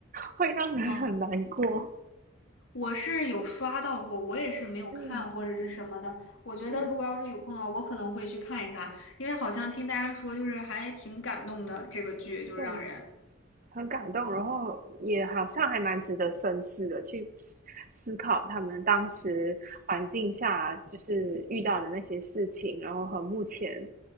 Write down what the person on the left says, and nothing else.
哦，我是有刷到过，我也是没有看或者是什么的。
我觉得如果要是有空的话，
我可能会去看一看，因为好像听大家说就是还挺感动的，这个剧就是让人。